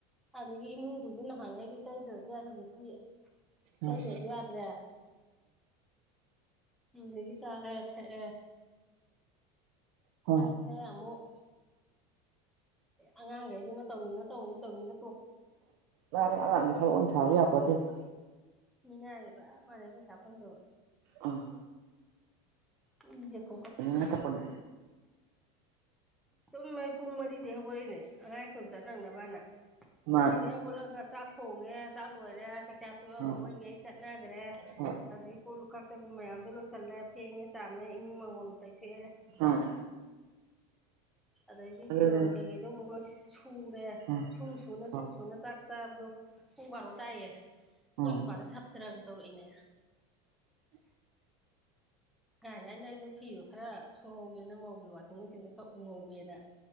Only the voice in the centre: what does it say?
ꯑꯗꯒꯤ ꯏꯃꯨꯡꯗꯨꯁꯨ ꯅꯍꯥꯟꯈꯩꯗꯤ ꯇꯩꯗ꯭ꯔꯕꯁꯨ ꯌꯥꯏ ꯍꯧꯖꯤꯛꯇꯤ ꯀꯩꯗꯁꯨ
ꯌꯥꯗ꯭ꯔꯦ ꯗꯒꯤ ꯆꯔꯦ ꯊꯦ ꯆꯔꯦ
ꯊꯦ ꯑꯃꯃꯨꯛ ꯑꯉꯥꯡꯈꯩꯗꯨꯅ ꯇꯧꯅꯤꯡꯅ ꯇꯧ ꯇꯧꯅꯤꯡꯗ
ꯃꯤꯅꯒꯦꯗ ꯃꯥꯅꯦ ꯄꯩꯁꯥ ꯐꯪꯗꯕ
ꯎꯝ
ꯆꯨꯝꯃꯦ ꯄꯨꯡ ꯃꯔꯤꯗꯒꯤ ꯍꯧꯔꯛꯏꯅꯦ ꯑꯉꯥꯏ ꯁꯣꯝ ꯆꯠ ꯅꯪꯅꯕꯅ
ꯃꯔꯤꯗꯩ ꯍꯧꯒꯠꯂꯒ ꯆꯥꯛ ꯊꯣꯡꯉꯦ ꯆꯥꯛ ꯂꯣꯏꯔꯦ ꯆꯥꯛꯆꯥ ꯇꯣꯛꯑꯒ
ꯃꯣꯏꯒꯤ ꯑꯩ ꯆꯠꯅꯈ꯭ꯔꯦ
ꯑꯗꯒꯤ ꯀꯣꯜꯂꯨ ꯈꯛꯇꯒ ꯃꯌꯥꯝꯗꯣ ꯂꯣꯏꯁꯤ ꯆꯠꯂꯦ ꯐꯦꯡꯉꯦ ꯆꯥꯝꯃꯦ ꯏꯃꯨꯡ ꯃꯪꯒꯣꯟ ꯇꯩꯊꯣꯛꯑꯦꯔ
ꯑꯗꯩꯗꯤ
ꯐꯤꯔꯣꯟꯜ ꯀꯩꯀꯩꯗꯣ ꯑꯃꯨꯛ ꯂꯣꯏ ꯁꯨꯔꯦ
ꯁꯨ ꯁꯨꯅ
ꯁꯨ ꯁꯨꯅ ꯆꯥ ꯆꯥꯛꯔꯗꯣ ꯄꯨꯡꯕꯥꯔꯣ ꯇꯥꯏꯌꯦ ꯀꯣꯏ
ꯅꯨꯄꯥꯗ ꯁꯥꯞꯇ꯭ꯔꯒ ꯇꯧꯔꯛꯏꯅꯦ ꯀꯅꯦ ꯑꯩꯅ <unintelligible> ꯑꯩꯗꯣ ꯐꯤꯗꯣ ꯈꯔ ꯁꯨꯍꯧꯒꯦꯅ ꯃꯧꯒꯦ ꯋꯥꯁꯤꯡ ꯃꯦꯆꯤꯟꯗꯣ ꯈꯔ ꯎꯍꯧꯒꯦꯅ